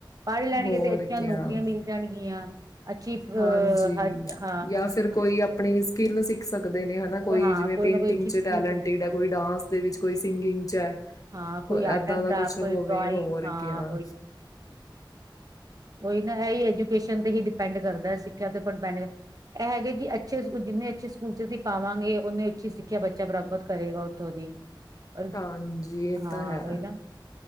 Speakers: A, on the right (about 45°); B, on the left (about 45°).
A: ਪੜ੍ਹ ਲੈਣਗੇ
B: ਹੋਰ
A: ਤੇ ਅੱਛੀਆਂ
B: ਕਿਆ
A: ਨੌਕਰੀਆਂ ਮਿਲ ਜਾਣਗੀਆਂ। ਅੱਛੀ ਅ
B: ਹਾਂਜੀ
A: ਹਾਂ
B: ਯਾਂ ਫਿਰ ਕੋਈ ਆਪਣੀ ਸਕਿੱਲ ਸਿੱਖ ਸਕਦੇ ਨੇ। ਹਨਾ ਕੋਈ
A: ਹਾਂ
B: ਜਿਵੇਂ ਪੇਂਟਿੰਗ
A: ਨਾ ਕੋਈ ਅੱਛੀ
B: ਚ
A: ਸਕਿੱਲ
B: ਟੈਲਟਿਡ ਹੈ, ਕੋਈ ਡਾਂਸ ਦੇ ਵਿੱਚ, ਕੋਈ ਸਿੰਗਿੰਗ ਚ ਹੈ,
A: ਹਾਂ
B: ਕੋ
A: ਕੋਈ ਆਰਟ
B: ਏਦਾਂ
A: ਐਂਡ
B: ਦਾ
A: ਕਰਾਫਟ
B: ਕੁਛ ਹੋਵੇ
A: ਕੋਈ ਡਰਾਇੰਗ
B: ਹੋਰ
A: ਹਾਂ
B: ਕਯਾ
A: ਉਈ ਨਾ ਇਹ ਹੀ ਐਜੂਕੇਸ਼ਨ ਤੇ ਹੀ ਡਿਪੈਂਡ ਕਰਦਾ ਸਿੱਖਿਆ ਦੇ ਉੱਪਰ ਡਿਪੈਂਡ ਇਹ ਹੈਗੇ ਕਿ ਅੱਛੇ ਜਿੰਨੇ ਅੱਛੇ ਸਕੂਲ ਪਾਵਾਂਗੇ ਉਹਨੂੰ ਅੱਛੀ ਸਿੱਖਿਆ ਬੱਚਾ ਪ੍ਰਾਪਤ ਕਰੇਗਾ ਉੱਥੋਂ ਦੀ। ਔਰ
B: ਹਾਂਜੀ ਇਹ
A: ਹਾਂ
B: ਤਾਂ ਹੈ
A: ਉਹੀ ਨਾ